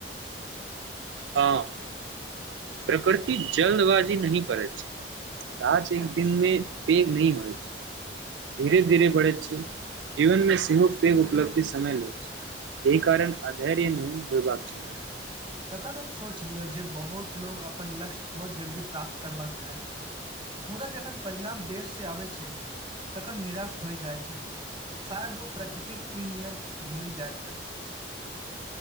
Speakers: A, on the right; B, on the right.
A: हँ प्रकृति जल्दबाजी नहिह करै छै गाछ एक दिन मे पैघ नहि होइ छै धीरे धीरे बढ़ैत छै जीवन मे सेहो पैघ उपलब्धि समय ले छै एहि कारण अधैर्य नहि होयबाक चाही
B: तखन हम सोच लियौ जे बहुत लोग अपन लक्ष्य बहुत जल्दी प्राप्त करबाक चाहैत छथिन मुदा जखन परिणाम देर से आबै छै तखन निराश भय जाइत छथि शायद ओ प्रकृतिक ई नियम भूलि जाइत छथि